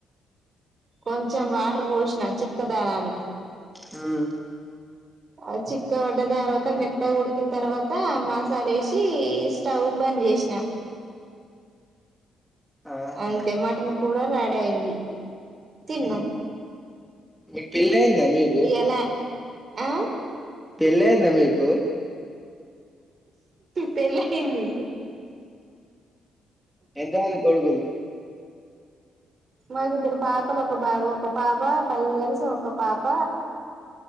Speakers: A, on the right (about 40°); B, in the centre.
A: కొంచెం వాటర్పోసిన చిక్కదనానికి
B: ఉమ్
A: ఆ చిక్క పడ్డ తర్వాత మెత్తగుడికిన తర్వాత మాసలేసి స్టవ్ బంద్ చేసిన
B: ఆహా
A: అంతే మటన్ కూడా రెడీ అయింది తిన్నాం
B: మీ మీకు పిల్లయిందా మీకు
A: ఇయ్యాల ఆ
B: పెళ్లయిందా మీకు
A: పెళ్లయింది
B: ఎంత మంది కొడుకులు
A: మాకిద్దరు పాపలు ఒక బాబ ఒక పాప ఫైవ్ ఇయర్స్ ఒక పాప